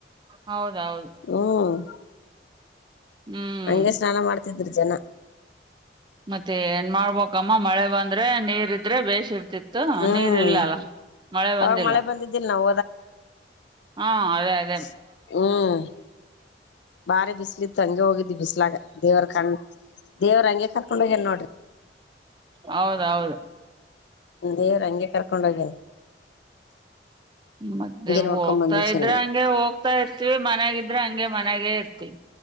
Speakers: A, on the right; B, on the left.
A: ಹೌದೌದ.
B: ಹ್ಮ
A: ಹ್ಮ್
B: ಹಂಗೆ ಸ್ನಾನ ಮಾಡ್ತಿದ್ರ ಜನ.
A: ಮತ್ತೆ ಏನ್ ಮಾಡ್ಬೇಕಮ್ಮ ಮಳೆ ಬಂದ್ರೆ ನೀರ್ ಇದ್ರೆ ಬೇಶ್ ಇರ್ತಿತ. ತ
B: ಹ್ಮ್
A: ನೀರ್ ಇಲ್ಲ ಅಲ್ಲ ಮಳೆ
B: ಅವಾಗ
A: ಬಂದಿಲ್ಲ
B: ಮಳೆ ಬಂದಿದ್ದಿಲ್ ನಾವ್
A: ಹಾ ಅದೇ ಆತ
B: ಹ್ಮ ಬಾರಿ ಬಿಸಿಲತ್ತ ಹಂಗೆ ಹೋಗಿದ್ದ ಬಿಸಲಾಗ ದೇವರ ಕಂಡ್ ದೇವ್ರ ಹಂಗೆ ಕರ್ಕೊಂಡ ಹೋಗ್ಯಾನ ನೋಡ್ರಿ.
A: ಹೌದೌದ.
B: ದೇವ್ರ ಹಂಗೆ ಕರ್ಕೊಂಡ ಹೋಗೇನ.
A: ಮದೆ
B: ನೋಡ್ಕೊಂಡ್
A: ಹೋಗ್ತಾ
B: ಬಂದ್ವಿ
A: ಇದ್ರ
B: ಚೆನ್ನಾಗಿ
A: ಹಂಗೆ ಹೋಗ್ತಾ ಇರ್ತಿವಿ ಮನ್ಯಾಗಿದ್ರ ಹಂಗೆ ಮನ್ಯಾಗ ಇರ್ತಿವಿ.